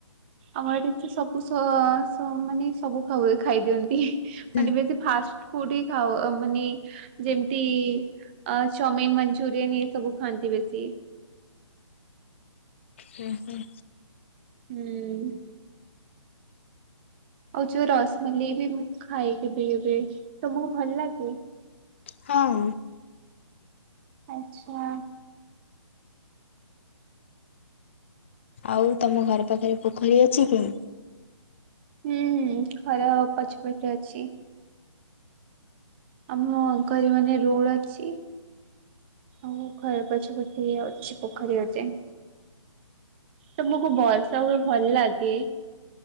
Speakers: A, on the right; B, on the left.
A: ଆମ ଆଡେ ସବୁ ସ ସ ମାନେ ସବୁ ଖାଉ ଖାଇ ଦିଅନ୍ତି ମାନେ
B: ହୁଁ
A: ବେ ଫାଷ୍ଟ ଫୁଡ ହି ଖାଉ ମାନେ ଯେମିତି। ଅ ଚାଉମିିନ, ମଞ୍ଚୁରିୟନ ଏଇ ସବୁ ଖାଆନ୍ତି ବେଶୀ।
B: ହୁଁ ହୁଁ
A: ହୁଁ ଆଉ ଯୋଉ ରସମଲେଇ ବି ମୁଁ ଖାଏ କେବେ କେବେ ତମକୁ ଭଲ ଲାଗେ?
B: ହଁ
A: ଆଛା
B: ଆଉ ତମ ଘର ପାଖରେ ପୋଖରୀ ଅଛି କି?
A: ହୁଁ ଘର ପଛପଟେ ଅଛି। ଆମ ଘରେ ମାନେ <unintelligible> ଅଛି। ଆଉ ଘର ପଛ ପଟେ ଅଛି ପୋଖରୀ ଗୋଟେ। ତମକୁ ବର୍ଷା ହୁଏ ଭଲ ଲାଗେ?